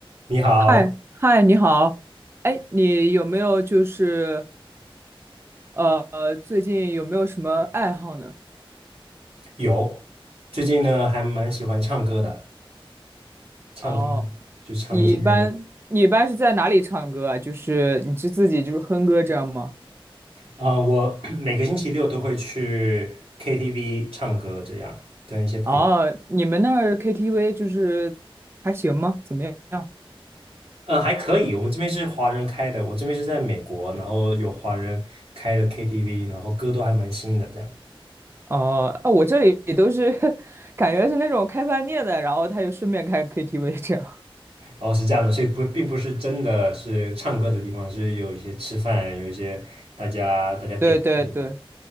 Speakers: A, on the right; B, on the right.
A: 你好，
B: 嗨嗨，你好，哎，你有没有就是呃最近有没有什么爱好呢？
A: 有，最近呢还蛮喜欢唱歌的，唱歌
B: 哦，
A: 就唱一些，
B: 你一般你一般是在哪里唱歌啊？就是你是自己就是哼歌这样吗？
A: 啊、我 <clears throat> 每个星期六都会去 KTV 唱歌，这样跟一些朋友，
B: 哦，你们那儿 KTV 就是还行吗？怎么样？
A: 呃，还可以，我们这边是华人开的，我这边是在美国，然后有华人开的 KTV，然后歌都还蛮新的，这样，
B: 哦，啊，我这里都是 <laughs> 感觉是那种开饭店的，然后他就顺便开 KTV 这样。
A: 哦，是这样的，所以不并不是真的是唱歌的地方，是有一些吃饭，有一些大家大家点菜
B: <laughs> 对对对